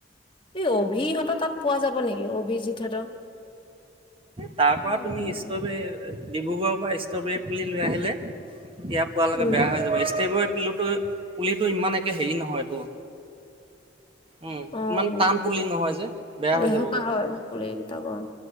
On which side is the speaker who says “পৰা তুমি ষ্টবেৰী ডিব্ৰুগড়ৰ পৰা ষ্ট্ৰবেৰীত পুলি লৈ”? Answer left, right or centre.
Right